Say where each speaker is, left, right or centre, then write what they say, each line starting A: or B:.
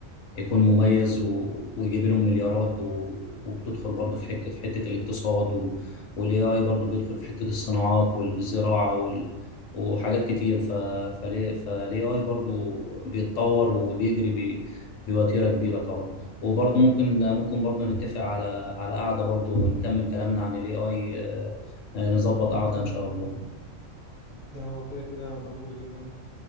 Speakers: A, on the left; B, on the left.
A: يكون مميز و... ويجيب لهم مليارات و... وبتدخل برضه في, حك... في حتة الاقتصاد و... والاي اي برضه بيدخل في حتة الصناعات والزراعة وال... وحاجات كتير ف... فليه فالاي اي برضه بيتطور وبيجري ب... بوتيرة كبيرة طبعا وبرضه ممكن ممكن برضه نتفق على على قعدة برضه ونكمل كلامنا عن الاي اي نظبط قعدة ان شاء الله
B: ده هو كده كده ضروري جدا